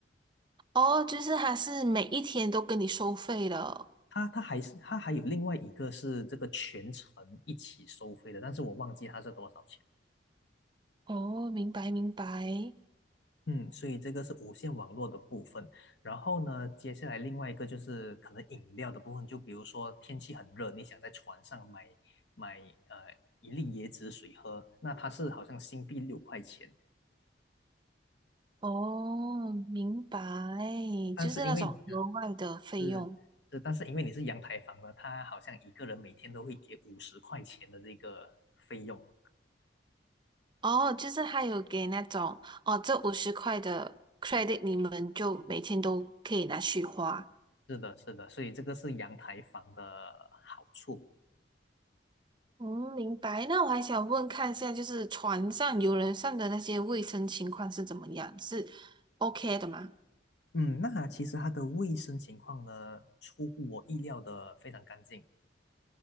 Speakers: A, on the right (about 25°); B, on the left (about 65°).
A: 哦，就是它是每一天都跟你收费了。
B: 它它还是它还有另外一个是这个全程一起收费的，但是我忘记它是多少钱。
A: 哦，明白明白。
B: 嗯，所以这个是无线网络的部分。然后呢，接下来另外一个就是可能饮料的部分，就比如说天气很热，你想在船上买买呃一粒椰子水喝，那它是好像新币六块钱，
A: 哦，明白，
B: 但是因为你哦
A: 就是那种额外的费用。
B: 是是，但是因为你是阳台房呢，它好像一个人每天都会给五十块钱的这个费用。
A: 哦，就是还有给那种，哦，这五十块的 credit，你们就每天都可以拿去花。
B: 是的，是的，所以这个是阳台房的好处。
A: 嗯，明白。那我还想问看一下，就是船上、游轮上的那些卫生情况是怎么样？是 OK 的吗？
B: 嗯，那其实它的卫生情况呢，出乎我意料的非常干净。